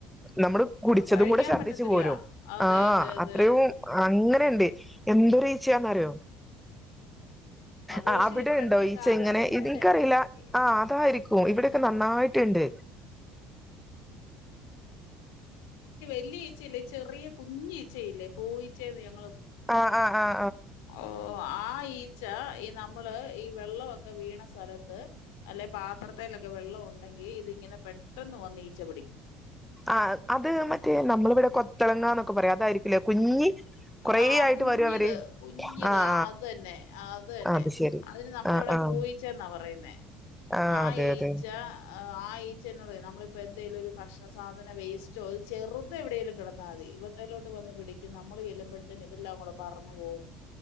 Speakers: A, in the centre; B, on the left (about 90°).
A: നമ്മള് കുടിച്ചതും
B: കഴിക്കാൻ
A: കൂടെ ശർദ്ദിച്ച്
B: പറ്റത്തില്ല
A: പോരും
B: അതെ
A: ആ
B: അതെ അതെ
A: ഉം അങ്ങനെണ്ട് എന്തൊരു ച്ചന്നറിയോ
B: അത്
A: ആ
B: പക്ഷെ
A: അവിടെ
B: ഇപ്പഴത്തെ
A: ഉണ്ടോ
B: ഈ
A: ഈച്ച
B: കാലാവസ്ഥയുടെയാണ്
A: ഇങ്ങനെ എനിക്കറീല്ല
B: ഇ-
A: ആ അതായിരി കോ ഇവിടെക്ക ന ന്നായിട്ടുണ്ട്
B: വല്യച്ചയില്ലേ ഈ ചെറിയ കുഞ്ഞീച്ചയില്ലേ പൂയ്ച്ചറിയാ
A: ആ ആ ആ
B: ഓ ആ ഈച്ച എ നമ്മള് ഈ വെള്ളവൊക്കെ വീണസ്ഥലത്ത് അല്ലെ പാത്രത്തിലൊക്കെ വെള്ളം ഉണ്ടെങ്കി ഇതിങ്ങനെ പെട്ടെന്ന് വന്ന് ഈച്ച പിടിക്കും
A: ആ അത് മറ്റേ നമ്മളിവിടെ കൊത്തളങ്ങാന്നൊക്കെ പറയും അതായിരിക്കുലേ കുഞ്ഞി കൊറേ
B: ആ
A: ആയിട്ട്
B: കുഞ്ഞിത്
A: വരും അവര്
B: കുഞ്ഞിത്
A: ആഹ്
B: ആ അതന്നെ അതന്നെ
A: ആഹ് അത് ശരി
B: അതിന് നമ്മളിവിടെ
A: ആഹ് ആഹ്
B: പൂയിച്ചെന്നാ പറയുന്ന ന്നെ
A: ആഹ്
B: ആ
A: അതെ
B: ഈച്ച
A: അതെ
B: ആ ഈച്ചനോട് നമ്മളിപ്പോൾ എന്തെങ്കിലും ഒരു ഭക്ഷണ സാധന വേസ്റ്റോ ഒരു ചെറുത് എവിടെങ്കിലും കിടന്നാൽ മതി ഇവത്തലോട്ട് വന്ന് പിടിക്കും നമ്മൾ ചെല്ലുമ്പോഴത്തേന് ഇതെല്ലാം കൂടെ പറന്നു പോകും